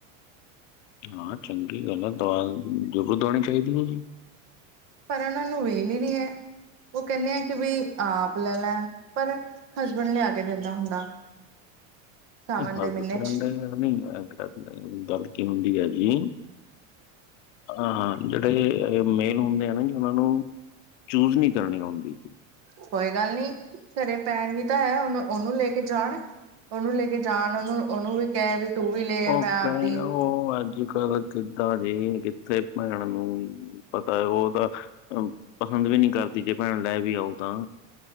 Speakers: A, on the left (about 65°); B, on the right (about 40°).
A: ਹਾਂ ਚੰਗੀ ਗੱਲ ਆ! ਦਵਾ ਜ਼ਰੂਰ ਦਵਾਉਣੀ ਚਾਹੀਦੀ ਹੈ ਜੀ
B: ਪਰ ਉਹਨਾਂ ਨੂੰ ਵੇਲ ਹੀ ਨਹੀਂ ਹੈ। ਉਹ ਕਹਿੰਦੇ ਆ ਕਿ ਬਈ ਆਪ ਲੈ ਪਰ ਹਸਬੈਂਡ ਲਿਆ ਕੇ ਦਿੰਦਾ ਹੁੰਦਾ।
A: <inaudible>
B: ਸਾਵਨ
A: ਹਸਬੈਂਡ
B: ਦੇ ਮਹੀਨੇ ਚ
A: ਨਹੀਂ ਤੜਕੇ ਹੁੰਦੀ ਹੈ ਜੀ ਹਾਂ ਹਾਂ ਜਿਹੜੇ ਮੇਲ ਹੁੰਦੇ ਆ! ਨਾ ਜੀ ਉਹਨਾਂ ਨੂੰ ਚੂਜ ਨਹੀਂ ਕਰਨੀ ਆਉਂਦੀ!
B: ਕੋਈ ਗੱਲ ਨੀ ਘਰੇ ਭੈਣ ਵੀ ਤਾਂ ਹੈ ਉਹ ਉਹਨੂੰ ਲੈ ਕੇ ਜਾਣ ਉਹਨੂੰ ਲੈ ਕੇ ਜਾਣ ਉਹਨੂੰ ਉਹਨੂੰ ਵੀ ਕਹਿ ਵੀ ਤੂੰ ਵੀ ਲੈ
A: ਉਹ
B: ਮੈਂ
A: ਕਈ
B: ਆਪਦੀ
A: ਉਹ ਅੱਜ ਕੱਲ ਕਿੱਦਾਂ ਜੇ ਕਿੱਥੇ ਭੈਣ ਨੂੰ ਪਤਾ ਉਹ ਤਾਂ ਪਸੰਦ ਵੀ ਨਹੀਂ ਕਰਦੀ ਜੇ ਭੈਣ ਲੈ ਵੀ ਆਉ ਤਾਂ